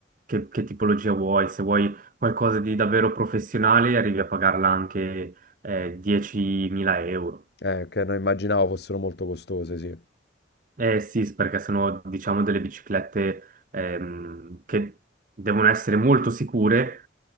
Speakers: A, on the right (about 45°); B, on the left (about 60°).
A: che, che tipologia vuoi. Se vuoi qualcosa di davvero professionale arrivi a pagarla anche eh, 10.000 euro.
B: Eh, che non immaginavo fossero molto costose, sì.
A: Eh sì, s- perché sono diciamo delle biciclette ehm, che devono essere molto sicure